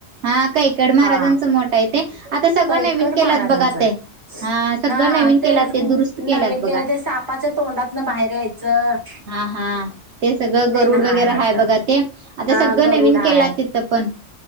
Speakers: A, on the right; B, on the right.
A: हा कैकाडी महाराजांचं
B: हा
A: मठं आहे ते आता सगळं
B: कैकड
A: नवीन केल्यात
B: महाराजांचं
A: बघा ते सगळं
B: हा
A: नवीन
B: हा
A: केलात
B: ते
A: दुरुस्त केल्यात
B: नवीन
A: बघा
B: केलं ते सापाच्या तोंडातन बाहेर यायचं.
A: हा हा ते सगळं गरुड
B: ते ना
A: वगैरे
B: वाटतं
A: हाय बघा ते आता
B: हा
A: सगळं
B: गरुड
A: नवीन
B: हाय
A: केलं तिथं पण